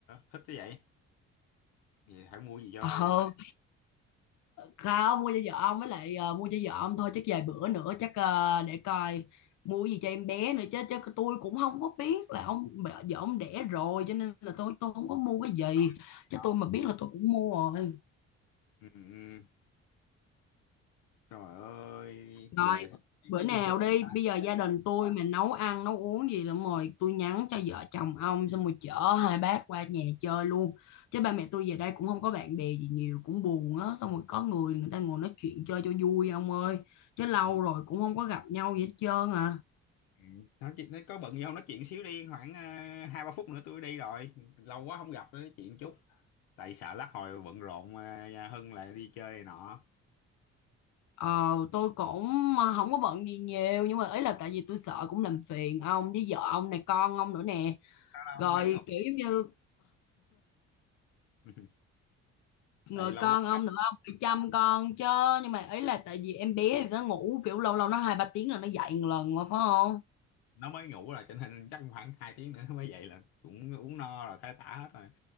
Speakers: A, on the left (about 70°); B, on the left (about 50°).
A: thích thế vậy Vậy phải mua gì cho
B: ờ
A: lại
B: không mua cho vợ ông với lại ờ, mua cho vợ ông thôi chắc vài bữa nữa chắc ờ, để coi mua gì cho em bé nữa chứ chứ tôi cũng không có biết là ông vợ ông đẻ rồi cho nên là tôi tôi không có mua cái gì
A: có cái gì
B: chứ
A: đó
B: tôi mà biết là tôi cũng mua rồi
A: ừ, ừ. trời ơi
B: Rồi,
A: về thấy,
B: bữa
A: thấy
B: nào
A: trên Facebook
B: đi,
A: đó
B: bây giờ gia đình tôi mà nấu ăn, nấu uống gì lắm rồi, tôi nhắn cho vợ chồng ông xong rồi chở hai bác qua nhà chơi luôn. Chứ ba mẹ tôi về đây cũng không có bạn bè gì nhiều, cũng buồn á, xong rồi có người người ta ngồi nói chuyện chơi cho vui ông ơi. Chứ lâu
A: ừ.
B: rồi cũng không có gặp nhau gì hết trơn à.
A: ừ. Nói, chuyện- nói có bận gì không nói chuyện xíu đi khoảng ờ, hai ba phút nữa tôi đi rồi lâu quá không gặp nữa, nói chuyện chút tại sợ lát hồi bận rộn ờ, nhà Hưng lại đi chơi này nọ
B: Ờ, tôi cũng ờ, không có bận gì nhiều nhưng mà ý là tại vì tôi sợ cũng làm phiền ông với vợ ông này con ông nữa nè.
A: đâu
B: Rồi
A: đâu, bé ngục
B: kiểu giống như
A: <laughs>
B: rồi
A: tại lâu
B: con
A: quá
B: ông nữa không phải chăm con chứ nhưng mà ấy là tại vì em bé thì nó ngủ kiểu lâu lâu nó hai ba tiếng là nó dậy một lần mà phải không
A: nó mới ngủ rồi cho nên chắc khoảng 2 tiếng nữa nó mới dậy là cũng uống no rồi thấy tả hết rồi